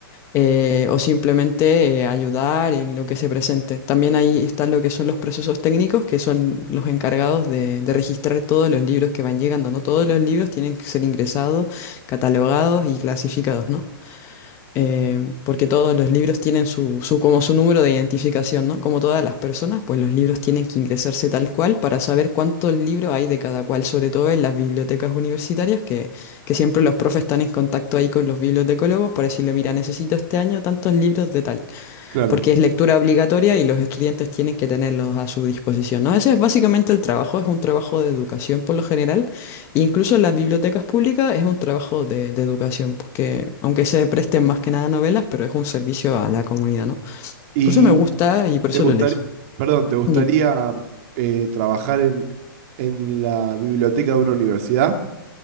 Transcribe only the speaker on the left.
eh, o simplemente eh, ayudar en lo que se presente. También ahí están lo que son los procesos técnicos, que son los encargados de, de registrar todos los libros que van llegando, ¿no? Todos los libros tienen que ser ingresados, catalogados y clasificados, ¿no? eh, porque todos los libros tienen su, su, como su número de identificación, ¿no? Como todas las personas, pues los libros tienen que ingresarse tal cual para saber cuántos libros hay de cada cual, sobre todo en las bibliotecas universitarias, que, que siempre los profes están en contacto ahí con los bibliotecólogos para decirle, mira, necesito este año tantos libros de tal
porque es lectura obligatoria y los estudiantes tienen que tenerlos a su disposición, ¿no? Ese es básicamente el trabajo, es un trabajo de educación por lo general, e incluso en las bibliotecas públicas es un trabajo de, de educación, porque aunque se presten más que nada novelas, pero es un servicio a la comunidad, ¿no?
Por eso me gusta y por
eso
lo elegí.
Dime.